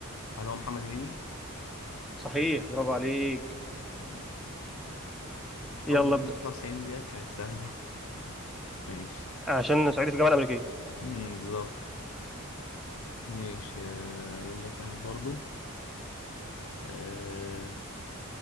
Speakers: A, on the left (about 65°); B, in the centre.
A: هل هو محمد هنيدي
B: صحيح برافو عليك
A: تمام مش أول
B: يلا
A: ما
B: ابدأ
A: تيجي 99 ديت كانت سهلة <laughs> ماشي
B: عشان صعيدي في الجامعة الأمريكية
A: أمم، بالظبط ماشي آه، أجيب لك واحد برضو آه،